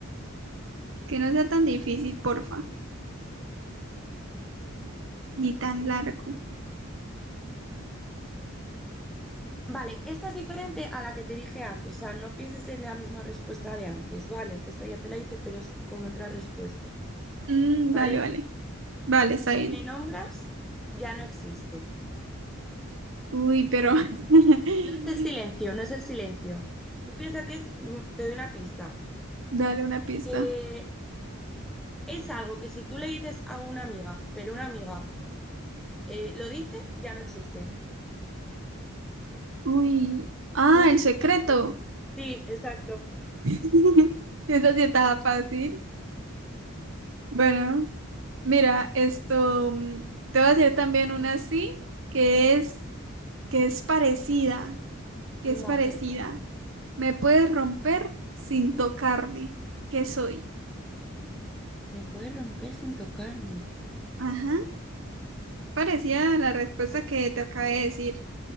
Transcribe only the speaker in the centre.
vale, esta es diferente a la que te dije antes. O sea, no pienses en la misma respuesta de antes, ¿vale? Que esta ya te la hice, pero es con otra respuesta.
¿Te parece?
Si
me nombras, ya no existo.
No es el silencio, no es el silencio. Tú piensas que es, mm, te doy una pista.
Eh, es algo que si tú le dices a una amiga, pero una amiga eh, lo dice, ya no existe.
No sé
si me explico. Sí, exacto.
Vale,
me puede romper sin tocarme.